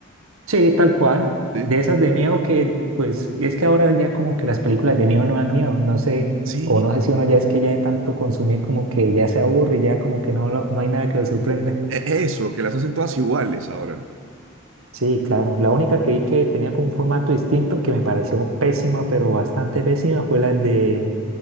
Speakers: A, on the right; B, on the right.
A: Sí, tal cual.
B: Sí.
A: De esas de miedo que, pues, es que ahora ya como que las películas de miedo no dan miedo, no sé,
B: Sí.
A: o no sé si uno ya es que ya de tanto consumir como que ya se aburre y ya como que no, lo- no hay nada que lo sorprenda.
B: E- Eso, que las hacen todas iguales ahora.
A: Sí, claro. La única que vi que tenía como un formato distinto que me pareció pésima, pero bastante pésima, fue la de